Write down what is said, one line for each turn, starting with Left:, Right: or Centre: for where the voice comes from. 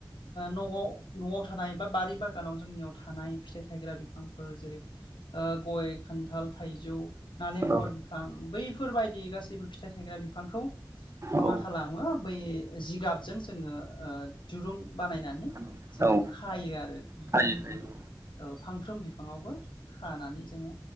Left: न'आव न'आव थानाय बा बारि बागानाव जोंनियाव थानाय फिथाइ थायग्रा बिफांफोर जेरै ओ गय खान्थाल थाइजौ नालेंखर
Right: औ
Left: बिफां बैफोरबायदि गासैबो फिथाइ थायग्रा बिफांखौ
Right: औ
Left: मा खालामो बै जिगाबजों जोङो दिरुं बानायनानै
Right: खानानै
Left: जोङो
Right: औ
Left: खायो आरो
Right: खायो
Left: गं
Right: खायो
Left: औ फांफ्रोम बिफाङावबो खानानै जोङो